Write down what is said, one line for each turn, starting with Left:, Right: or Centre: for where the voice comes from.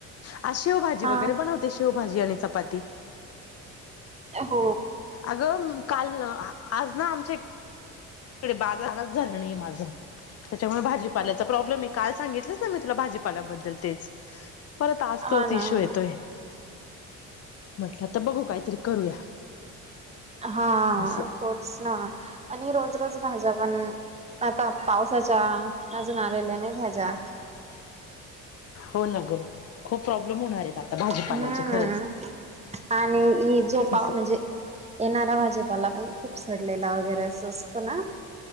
Left: आज शेवभाजी
Right: हा
Left: वगैरे बनवते. शेवभजी आणि चपाती.
Right: हो
Left: अगं काल आज ना आमच्या तिकडे बाजारलाच झालं नाही माझं. त्याच्यामुळे भाजीपाल्याचा प्रॉब्लेम आहे. काल सांगितलंच ना मी तुला भाजीपाल्याबद्दल तेच. परत आज
Right: हा
Left: तोच
Right: ना
Left: इश्यू
Right: हा
Left: येतोय.
Right: ना
Left: म्हटलं तर बघू काहीतरी करूया.
Right: हा
Left: असं
Right: होच ना. आणि रोज रोज भाज्या पण आता पावसाच्या अजून आलेल्या नाही भाज्या.
Left: हो ना ग. खूप प्रॉब्लेम होणार आहेत. आता भाजीपाल्याचे
Right: हम्म
Left: खरंच
Right: आणि जोपा
Left: असं.
Right: म्हणजे येणारा भाजीपाला पण खूप सडलेला वगैरे अस असतं ना.